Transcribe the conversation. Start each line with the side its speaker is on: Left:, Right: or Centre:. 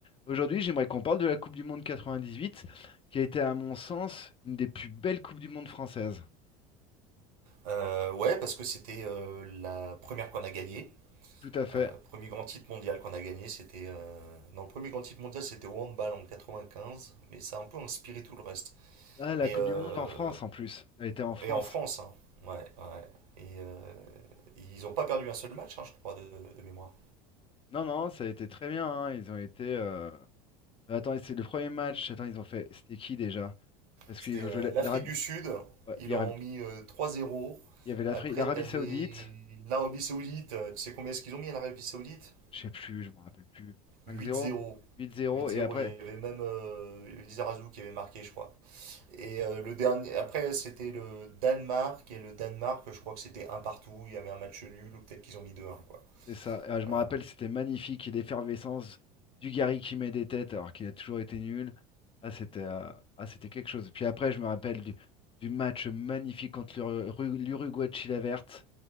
Left: Aujourd'hui, j'aimerais qu'on parle de la Coupe du Monde 98, qui a été, à mon sens, une des plus belles Coupes du Monde françaises.
Right: Euh, ouais, parce que c'était euh, la première qu'on a gagnée.
Left: Tout à fait.
Right: Euh, premier grand titre mondial qu'on a gagné, c'était. euh, Non, le premier grand titre mondial, c'était au handball en 95, mais ça a un peu inspiré tout le reste.
Left: Ah, la
Right: Mais.
Left: Coupe
Right: euh,
Left: du Monde en France, en plus. Ça a été en France.
Right: Et en France, hein. Ouais, ouais. Et euh, ils n'ont pas perdu un seul match, hein, je crois, de, de mémoire.
Left: Non, non, ça a été très bien. hein. Ils ont été. euh, Attends, c'est le premier match. Attends, ils ont fait. C'était qui déjà? Parce
Right: C'était
Left: qu'ils ont
Right: euh,
Left: joué la-
Right: l'Afrique
Left: l'Arabie.
Right: du Sud,
Left: ouais,
Right: ils
Left: il
Right: leur
Left: y avait
Right: ont mis euh, 3-0.
Left: il y avait l'Afrique,
Right: Après,
Left: l'Arabie
Right: t'avais
Left: Saoudite.
Right: l'Arabie Saoudite, euh, tu sais combien est-ce qu'ils ont mis à l'Arabie Saoudite?
Left: Je sais plus, je me rappelle plus. Cinq
Right: 8-0.
Left: zéro, huit zéro,
Right: 8-0,
Left: Et après,
Right: il y avait même euh, Lizarazu qui avait marqué, je crois. Et euh, le dernier, après, c'était le Danemark, et le Danemark, je crois que c'était un partout, il y avait un match nul, ou peut-être qu'ils ont mis deux 1 quoi.
Left: C'est ça. Ah, je me
Right: Euh,
Left: rappelle, c'était magnifique. et L'effervescence du Gary qui met des têtes alors qu'il a toujours été nul. Ah, c'était euh, ah, c'était quelque chose. Puis après, je me rappelle du, du match magnifique contre l'Uru- Ru- l'Uruguay de Chile verte.